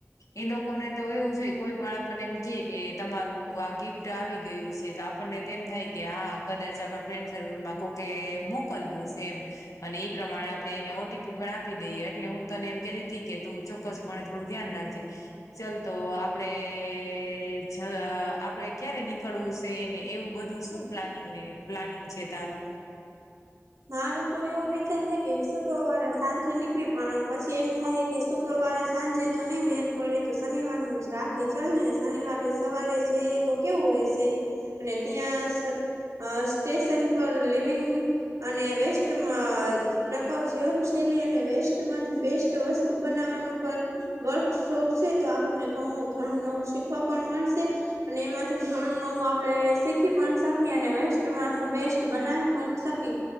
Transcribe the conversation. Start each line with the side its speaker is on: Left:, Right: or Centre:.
Left: એ લોકો ને તો એવું જોઈ કોઈ પણ આપને એમ કે તમારું આ ગિફ્ટ આવી ગયું છે તો આપણને એમ થાય કે હા કદાચ આપણા ફ્રેન્ડ સર્કલમાં કોકે મોકલું સે એમ અને એઈ પ્રમાણે આપણે એને ઓટીપી પણ આપી દઈએ એટલે હું તને એમ કેતી કે તું જો ક્કસપ થોડું ધ્યાન રાખજે ચલ તો આપડે કે જ આપડે ક્યારે નીકળવું છે ને એવું બધું શું પ્લાનિંગને પ્લાનીગ છે તારું
Right: મારો તો એવો વિચાર હે કે શુક્રવારે સાંજે નીકળી પણ પછી એમ થાય કે શુક્રવારે સાંજે તો નહી મેર પડે તો શનિવારનું જ રાખી ચાલ ને શનિવારે સવારે જઈ તો કેવું રેશે અને ત્યાં સ્ટેશન પર લિવિંગ અને વેસ્ટમાં ટકાઉ જીવનશૈલી અને વેસ્ટ માંથી બેસ્ટ વસ્તુ બનાવવાનું પણ વર્કશોપ છે તો આપણને ઘણું ઘણું નવું શીખવા પણ મળશે અને એમાંથી ઘણું નવું આપણે શીખી પણ શકીએ અને વેસ્ટમાંથી બેસ્ટ બનાવી પણ સકી